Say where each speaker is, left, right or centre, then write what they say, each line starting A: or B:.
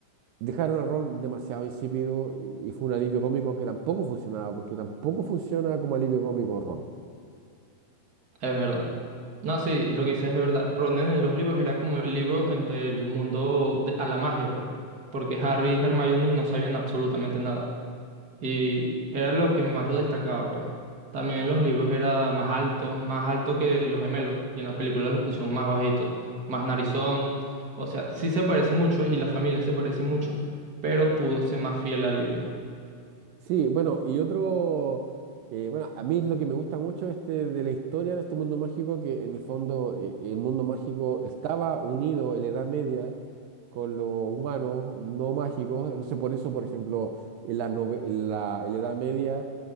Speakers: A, on the right; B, on the right.
A: dejaron a Ron demasiado insípido y, y fue un alivio cómico que tampoco funcionaba, porque tampoco funciona como alivio cómico Ron.
B: es verdad. No, sí, lo que dices es verdad. Ron en los libros era como el libro entre el mundo de- a la magia, pues, porque Harry y Hermione no sabían absolutamente nada. Y era lo que más lo destacaba, pues. También en los libros era más alto, más alto que los gemelos. Y en la película lo pusieron más bajito, más narizón. O sea, sí se parece mucho y la familia se parece mucho, pero pudo ser más fiel al libro.
A: Sí, bueno, y otro, eh, bueno, a mí lo que me gusta mucho este de la historia de este mundo mágico, que en el fondo eh, el mundo mágico estaba unido en la Edad Media con los humanos no mágicos. Entonces, por eso, por ejemplo, en la, en la, en la Edad Media